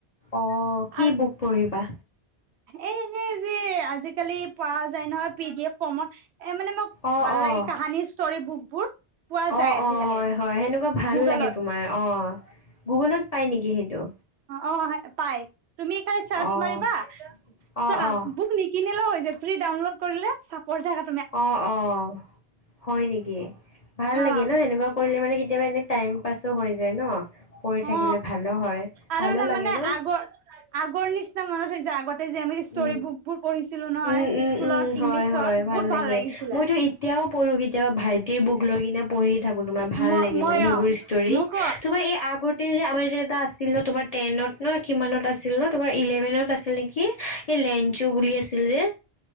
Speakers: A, on the left; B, on the right.
A: অঁ কি
B: আৰ
A: বুক পঢ়িবা।
B: এ এনেই যে আজিকালি পোৱা যায় নহয় পি ডি এফ ফৰ্মত এ মানে মোক
A: অঁ
B: ভাল
A: অঁ
B: লাগে কাহানী ষ্টৰী বুকবোৰ। পোৱা
A: অঁ
B: যায় আজিকালি
A: অঁ হয় হয় সেনেকুৱা ভাল
B: গুগলত
A: লাগে তোমাৰ অঁহ, গুগুলত পাই নেকি সেইটো?
B: অঁ হে পাই, তুমি খালি চাৰ্চ
A: অঁ
B: মাৰিবা
A: অঁ
B: চা
A: অঁ
B: বুক নি কিনিলেও হৈ যায়, ফ্ৰী ডাউনলোড কৰিলে চা পঢ়ি থকা
A: অঁ অহ হয় নেকি? ভাল
B: অ
A: লাগে ন এনেকুৱা কৰিলে মানে কেতিয়াবা এনেই টাইম পাছো হৈ যায় ন। কৰি থাকিলে
B: অ
A: ভালো হয়,
B: আৰু
A: ভালো
B: তাৰমানে
A: লাগে ন?
B: আগৰ আগৰ নিচিনা মনত হৈ যায়, আগত- এই যে আমি ষ্টৰি
A: উম
B: বুক বোৰ পঢ়িছিলোঁ নহয়
A: উম, উম,
B: স্কুলত
A: উম, হয়,
B: ইংলিছৰ
A: হয়,
B: বহুত
A: লাগে।
B: ভাল লাগিছিলে।
A: মইতো এতিয়াও পঢ়ো কেতিয়াবা ভাইটিৰ বুক লৈ কিনে- পঢ়ি থাকো তোমাৰ ভাল
B: ম
A: লাগে
B: মই
A: মানে সেইবোৰ
B: অ
A: ষ্টৰি,
B: মোক
A: তোমাৰ এই আগত- এই যে আমাৰ যে এটা আছিল ন তোমাৰ টেনত ন কিমানত আছিল ন তোমাৰ ইলেভেনত আছিল নেকি? এই লেনচো বুলি আছিল যে।